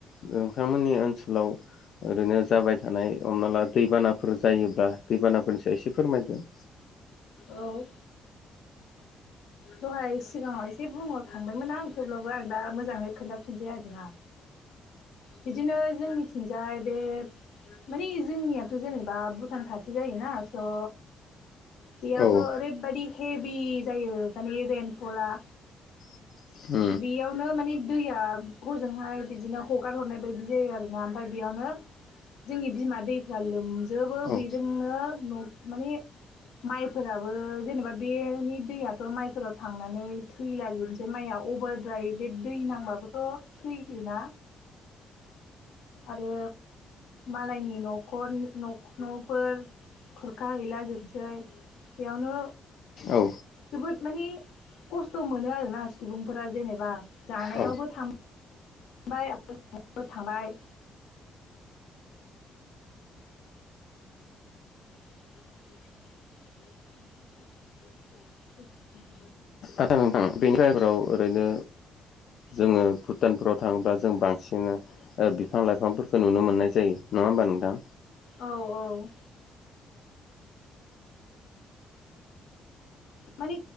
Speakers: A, on the left (about 65°); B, on the left (about 80°).
A: नोंथांमोननि ओनसोलाव ओरैनो जाबाय थानाय हमना ला दैबानाफोर जायोब्ला दैबानाफोरनि सायाव एसे फोरमायदो। <inaudible>
B: औ। दहाय सिगाङाव एसे बुंहर खांबायमोन आं थेवब्लाबो आरो दा मोजाङै खोन्थाफिनसै आरो ना। बिदिनो जोंनिथिंजाय बे मानि जोंनियाथ' जेनेबा भुटान खाथि जायो ना स' बेयावथ'
A: उम
B: ओरैबायदि हेबि जायो माने रेइनफला
A: <unintelligible>
B: बेयावनो माने दैया गजोंहाय बिदिनो हगार हरनाय बायदि जायो आरो ना ओमफ्राय बेयावनो जोंनि बिमा दैफ्रा लोमजोबो
A: औ
B: बेजोंनो न' माने माइफोराबो जेनेबा बेनि दैया थ' माइफोराव थांनानै थैलाजोबनोसै माइया अभारद्राय बे दै नांबाबोथ' थैजो बोना आरो मालायनि न'खर नख-न'फोर खुरखा हैैला जोबसै। बेयावनो
A: औ।
B: जोबोद मानि खस्थ' मोनो आरो ना सुबुंफोरा जेनेबा जानायावबो
A: औ
B: थां बाय <unintelligible> थांबाय। <inaudible>
A: आतसा नोंथां बेनि <unintelligible> ओरैनो जोङो भु टानफोराव थाङोब्ला जों बांसिनो ओ बिफां लाइफांफोरखो नुनो मोननाय जायो। नङा होमबा नोंथां?
B: औ औ। माने